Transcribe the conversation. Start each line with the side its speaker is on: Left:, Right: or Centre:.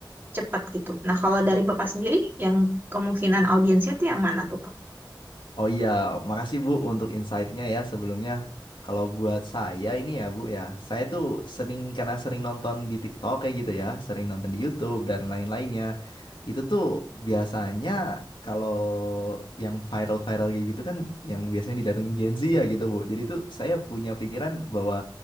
Right: cepat gitu. Nah, kalau dari Bapak sendiri yang kemungkinan audiensnya tuh yang mana tuh, Pak?
Left: Oh iya, makasih Bu untuk insight-nya ya sebelumnya. Kalau buat saya ini ya Bu ya, saya tuh sering karena sering nonton di TikTok kayak gitu ya, sering nonton di YouTube dan lain-lainnya. Itu tuh biasanya kalau yang viral-viral kayak gitu kan yang biasanya didatengin Gen Z ya gitu Bu. Jadi tuh saya punya pikiran bahwa